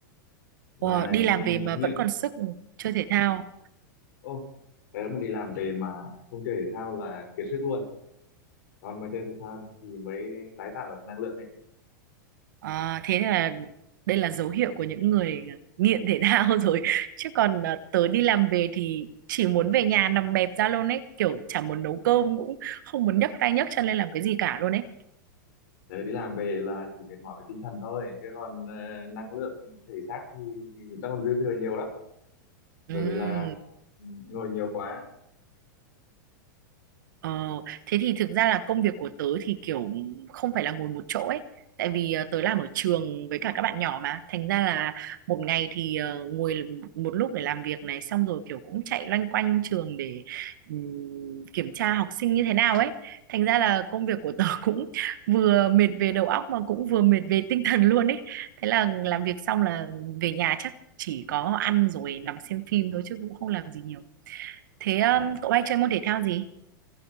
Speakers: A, on the left; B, on the right.
A: Và
B: Ủa, đi làm
A: có nghiện.
B: về mà vẫn còn sức ừ, chơi thể thao.
A: Ô, tớ mà đi làm về mà không chơi thể thao là kiệt sức luôn. Còn mà chơi thể thao thì mới tái tạo được năng lượng ấy.
B: Ờ, thế là đây là dấu hiệu của những người nghiện thể thao <laughs> rồi. Chứ còn ờ, tớ đi làm về thì chỉ muốn về nhà nằm bẹp ra luôn ấy, kiểu chả muốn nấu cơm cũng không muốn nhấc tay nhấc chân lên làm cái gì cả luôn ấy.
A: Tớ đi làm về là chỉ mệt mỏi về tinh thần thôi, chứ còn ờ, năng lượng thể xác thì đang còn dư thừa nhiều lắm. Bởi
B: Ừ.
A: vì là ừm, ngồi nhiều quá.
B: Ờ, thế thì thực ra là công việc của tớ thì kiểu không phải là ngồi một chỗ ấy. Tại vì ờ, tớ làm ở trường với cả các bạn nhỏ mà. Thành ra là một ngày thì ờ, ngồi một lúc để làm việc này xong rồi kiểu cũng chạy loanh quanh trường để ừm, kiểm tra học sinh như thế nào ấy. Thành ra là công việc của tớ <laughs> cũng vừa mệt về đầu óc mà cũng vừa mệt về tinh thần luôn ấy. Thế là làm việc xong là về nhà chắc chỉ có ăn rồi nằm xem phim thôi chứ cũng không làm gì nhiều. Thế ờ,
A: À,
B: cậu hay chơi môn thể thao gì?